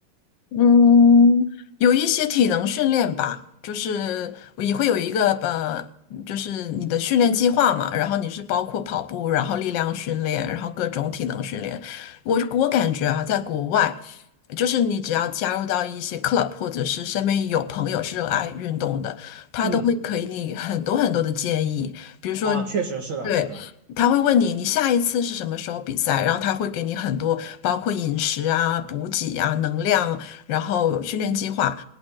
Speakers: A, on the left; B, on the right.
A: 嗯，有一些体能训练吧，就是我也会有一个呃，就是你的训练计划嘛，然后你是包括跑步，然后力量训练，然后各种体能训练。我我感觉啊，在国外。就是你只要加入到一些 club，或者是身边有朋友是热爱运动的，他都会给你很多很多的建议。
B: 嗯，
A: 比如说，
B: 啊，确实是的，
A: 对，
B: 是的。
A: 他会问你你下一次是什么时候比赛，然后他会给你很多包括饮食啊、补给啊、能量，然后训练计划。